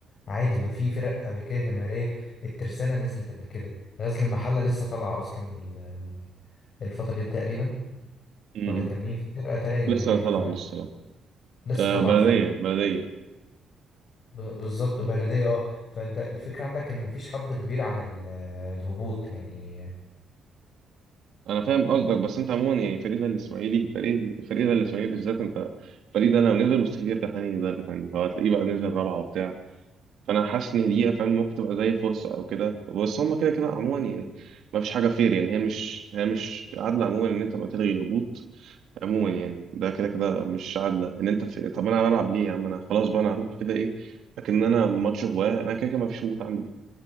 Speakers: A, on the left; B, on the right.
A: عادي ما في فرق قبل كده جماهيريه الترسانه نزلت قبل كده غزل المحله لسه طالعه اصلا ال- ال- الفتره دي تقريبا
B: م-
A: ولا كان
B: م.
A: مين في فرقه تانية جماهيريه
B: لسه طالع
A: فانا
B: لسه طالع
A: لسه
B: آه
A: طالعه
B: بلدية
A: فبز-
B: بلدية
A: ب- بالظبط بلديه اه فانت الفكره عندك ان ما فيش حد كبير عن ال- الهبوط يعني
B: انا فاهم قصدك بس انت عموما يعني فريق زي الاسماعيلي فريق فريق زي الاسماعيلي بالذات انت الفريق ده لو نزل مستحيل يرجع تاني درجه تانيه هو هتلاقيه بقى نزل رابعه وبتاع فانا حاسس ان دي فاهم ممكن تبقى زي فرصه او كده بس هم كده كده عموما يعني ما فيش حاجه فير يعني هي مش هي مش عادله عموما ان انت بقى تلغي الهبوط عموما يعني ده كده كده مش عادله ان انت في... طب انا بلعب ليه يا عم انا خلاص بقى انا هروح كده ايه لكن انا ماتش هواه انا كده كده ما فيش هبوط عندي